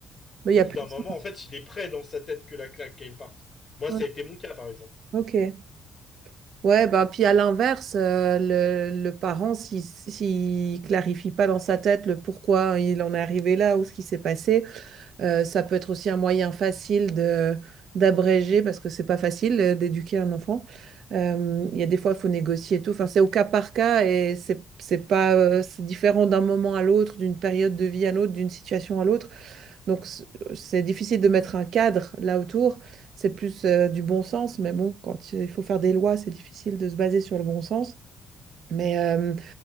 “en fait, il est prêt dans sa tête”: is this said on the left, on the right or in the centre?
Left